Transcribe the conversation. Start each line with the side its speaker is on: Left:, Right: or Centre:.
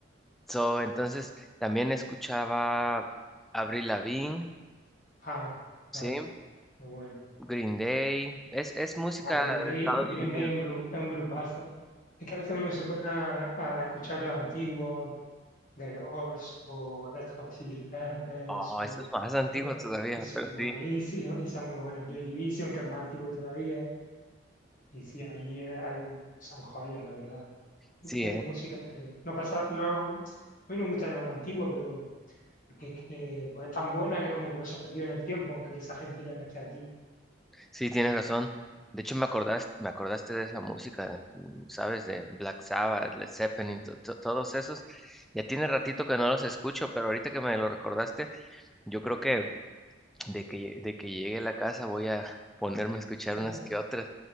Centre: So, entonces también escuchaba Avril Lavigne,
Left: Ah,
Centre: sí,
Left: claro, muy bueno.
Centre: Green Day. Es es música
Left: Ah, Green Day,
Centre: de Estados
Left: Green
Centre: Unidos.
Left: Day es un gru- es un grupazo. Es que a veces uno se pone a, a escuchar lo antiguo, The Doors o Red Hot Chili Peppers
Centre: Oh,
Left: o,
Centre: eso es más antiguo
Left: eh,
Centre: todavía,
Left: y son
Centre: pero
Left: buenísimos
Centre: sí.
Left: y son muy buenos. Joy Division, que es más antiguo todavía, y sí, ahí eh, hay, son joyas, la verdad.
Centre: Sí,
Left: Qué
Centre: ¿eh?
Left: música que no pasa, no, a mí no me gusta llamarla antigua, pero porque es que pues es tan buena que como que no se ha perdido en el tiempo, aunque esa gente ya no esté aquí.
Centre: Sí, tienes razón. De hecho, me acordaste, me acordaste de esa música, mm, ¿sabes? De Black Sabbath, Led Zeppelin, to- to- todos esos. Ya tiene ratito que no los escucho, pero ahorita que me lo recordaste, yo creo que de que, lle- de que llegue a la casa voy a ponerme a escuchar
Left: <laughs>
Centre: unas que otras.